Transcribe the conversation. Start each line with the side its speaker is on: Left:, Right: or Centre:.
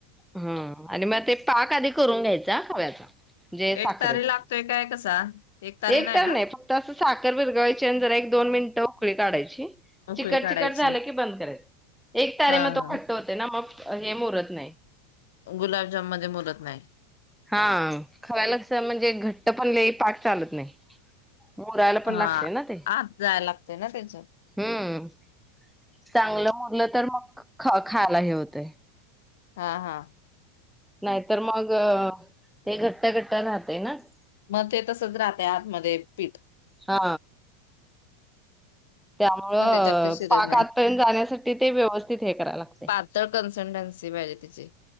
Centre: हम्म आणि मग ते पाक आधी करून घ्यायचा खव्याचा म्हण- जे
Left: एक
Centre: साखरेच
Left: तारी लागतोय काय कसा? तारी
Centre: एक तर
Left: ना?
Centre: नाही फक्त असं साखर भिरगायचे जरा एक दोन मिनटं'--' '--'खकळी काढायची
Left: उकळी
Centre: चिकट
Left: काढायची.
Centre: चिकट झालं की बंद करायच एक तारे
Left: हां,
Centre: म तो
Left: हां.
Centre: खट्ट होते ना मग'--' हे <unintelligible> मोरत नाही
Left: गुलाबजाम मध्ये मुरत नाही
Centre: हा खव्याला कस म्हणजे घट्ट पण लय पाक चालत नाही मुरायला पण
Left: हां,
Centre: लागते ना ते
Left: आत जायला लागतंय ना त्याच्या?
Centre: हम्म चांगलं मुरलं तर मग '--' ख -खायला हे होतय
Left: हा- हा
Centre: नाही <unintelligible> तर मग ते घ'--' <unintelligible> त्या गटा राहतय ना <inaudible>
Left: म ते तसच राहतय आतमध्येध्ये पीठ
Centre: हा त्यामुळं
Left: मग त्याच्यात ते शिरत
Centre: पाक
Left: नाही
Centre: आातपर्यंत जाण्यासाठी ते व्यवस्थित हे करा लागते
Left: पातळ कन्सल्टन्सी पाहिजे त्याची